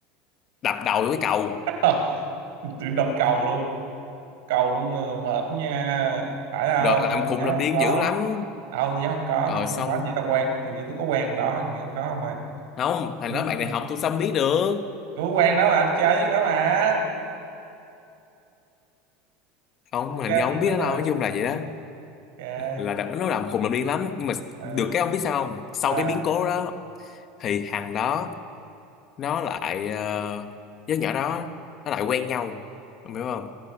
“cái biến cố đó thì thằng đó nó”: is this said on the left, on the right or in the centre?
Left